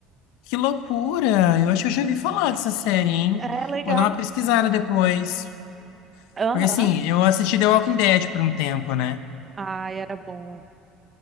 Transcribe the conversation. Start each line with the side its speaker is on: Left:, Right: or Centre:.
Left: Que loucura! Eu acho que eu já ouvi falar dessa série, hein?
Right: É legal.
Left: Vou dar uma pesquisada depois.
Right: Aham.
Left: Porque assim, eu assisti The Walking Dead por um tempo, né?
Right: Ai, era bom.